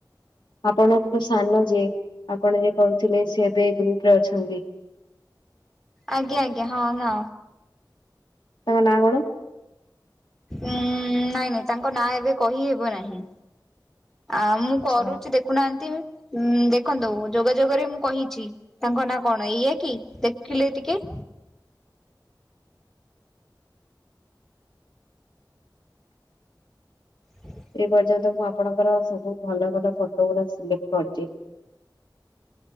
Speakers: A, on the left; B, in the centre.
A: ଆପଣ ଗୋଟେ ସାନ ଯିଏ। ଆପଣ ଯ କହୁଥିଲେ ସେ ଏବେଇ ଗ୍ରୁପ ରେ ଅଛନ୍ତି।
B: ଆଜ୍ଞା ଆଜ୍ଞା ହଁ ନା।
A: ତମ ନାଁ କଣ?
B: ଉଁ ନାଇଁ ନାଇଁ ତାଙ୍କ ନାଁ ଏବେ କହିହବ ନାହିଁ। ଆ ମୁଁ
A: ଆଚ୍ଛା।
B: କରୁଛି ଦେଖୁନାହାନ୍ତି ଉ ଦେଖନ୍ତୁ ଯୋଗାଯୋଗରେ ମୁଁ କହିଛି। ତାଙ୍କ ନାଁ କଣ ଏଇଆା କି ଦେଖିଲେ ଟିକେ? ହଁ
A: ସେ ପର୍ଯ୍ୟନ୍ତ ମୁଁ ଆପଣଙ୍କର ସବୁ ଭଲ ଭଲ ଫଟୋ ଗୁଡା ସିଲେକ୍ଟ କରିଛି।